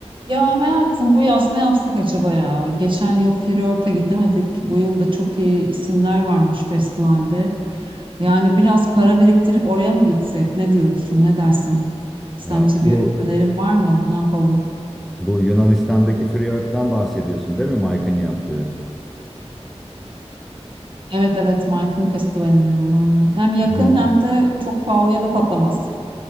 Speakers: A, on the right; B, in the centre.
A: Ya hayatım bu yaz ne yapsak acaba ya? Geçen yıl Flört'e gidemedik. Bu yıl da çok iyi isimler varmış festivalde. Yani biraz para biriktirip oraya mı gitsek? Ne diyorsun? Ne dersin? Sence
B: Ha, bu
A: bir önerin var mı? Ne yapalım?
B: bu Yunanistan'daki Friyort'tan bahsediyorsun değil mi Mike'ın yaptığı?
A: Evet evet Mike'ın festivalini diyorum aynen. Hem yakın
B: Hmm.
A: hem de çok pahalıya da patlamaz.